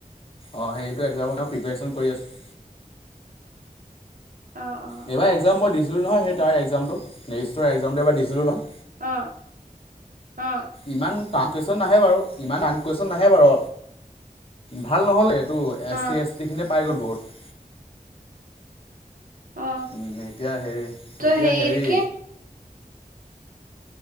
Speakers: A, on the left (about 40°); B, on the right (about 65°).
A: অ' সেইটো এক্সামৰ কাৰণে প্ৰিপেৰেশ্যন কৰি আছোঁ।
B: অ অ
A: সেইবাৰ এক্সাম মই দিছিলোঁ নহয় সেই তাৰ একজামটো নেৰিষ্টৰ এক্সামটো এবাৰ দিছিলোঁ নহয়।
B: অ'-অ'।
A: ইমান টান কুৱেশন নাহে বাৰু ইমান টান কুৱেশন নাহে বাৰু। ভাল নহ'ল এইটো এছ
B: অ
A: চি, এছ টি খিনিয়ে পাই গ'ল বহুত।
B: অ
A: উম এতিয়া হেৰি
B: তই
A: এতিয়া হেৰি
B: এইটো কি